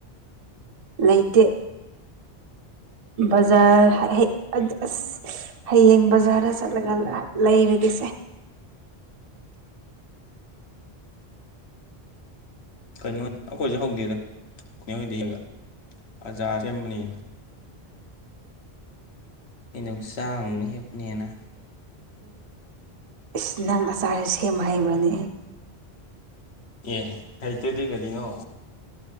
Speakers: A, on the right; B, on the left.
A: ꯂꯩꯇꯦ ꯕꯖꯥꯔ ꯍꯦꯛ ꯑꯁ ꯍꯌꯦꯡ ꯕꯖꯥꯔꯗ ꯆꯠꯂꯒ ꯂꯩꯔꯒꯦꯁꯦ <inaudible>
B: ꯀꯩꯅꯣ ꯑꯩꯈꯣꯏꯁꯨ ꯍꯧꯗꯦꯗ ꯅꯦꯍꯣꯏꯗ ꯍꯦꯟꯒꯠ ꯑꯆꯥꯥꯔ ꯁꯦꯝꯕꯅꯦ ꯑꯩꯅ ꯍꯩꯅꯧ ꯆꯥꯃꯨꯛ ꯍꯦꯛꯄꯅꯦꯅ
A: ꯏꯁ ꯅꯪ ꯑꯆꯥꯔꯁꯤ ꯁꯦꯝꯕ ꯍꯩꯕꯔꯥꯅꯦ
B: ꯑꯦ ꯍꯩꯇꯗꯤ ꯀꯔꯤꯅꯣ